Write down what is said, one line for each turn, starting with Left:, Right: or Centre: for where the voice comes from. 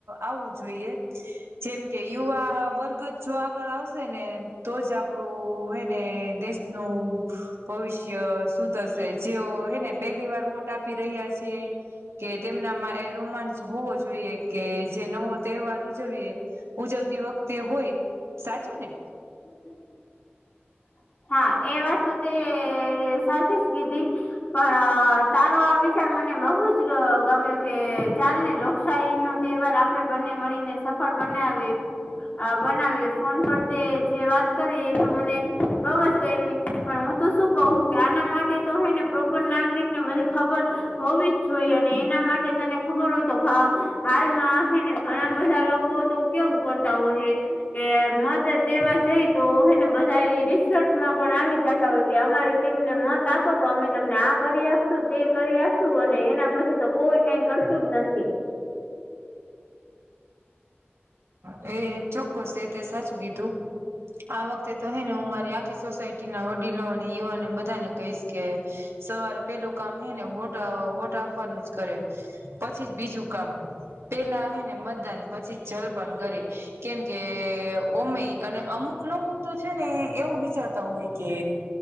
Right: આવવું જોઈએ- જેમ કે યુવા વર્ગ જ જો આગળ આવશે ને તો જ આપડું હેને દેશનું, ભવિષ્ય સુુધર શે, જેઓ હેને પેલી વાર વોટ આપી રહ્યા છે. કે તેમનામાં એ રોમાંચ હોવો જોઈએ કે જે નવો તહેવાર ઉજવીએ, ઉજવતી વખતે હોય, સાચું ને?
Left: <unintelligible> હા એ વાત તો તે સાચી જ કીધી, પણ, તારો આ વિચાર મને બહુ જ ગમ્યો કે, ચાલ ને લોક- <unintelligible> નો તેવાર આપળે બંને મળીને સફળ બનાવીએ. -અ બનાવી ફોન પર તે જે વાત કરી એ તો મને- બો અજ ગયમી પણ હું તો શું કહું કે આના માટે તો હે ને પ્રોપર નાગરિક ને બધી ખબર -હોવી જ જોઈએ, અને એના માટે તને ખબર હોય તો કે હાલમા હેને ઘણા બધા લોકો તો- કેવું કરતા હોય છે કે મદ દેવા જઈ તો હને બધા રિસ્ક ચુટમાં પણ આવી જતા હોય કે અમારે કે તને મત આપો તો અમે તમને આ કરી આપશું તે કરી આપીશું અને એના પછી તો કોઈ કાઈ કરતું જ નથી
Right: હ એ ચોક્કસ એ તે સાચું કીધું આ વખતે તો હેને હું મારી આખી સોસાયટી ના વડીલો અને યુવાને બધાને કહીશ કે સવારે પેલું કામ હે ને, વોટ વોટ આપવાનું જ કરે. પછી જ બીજું કામ પેલા હે ને મતદાન પછી જ જલપાન કરીે કેમકે ઓમેય અને અમુક લોકો તો છે ને એવું વિચારતા હોય કે,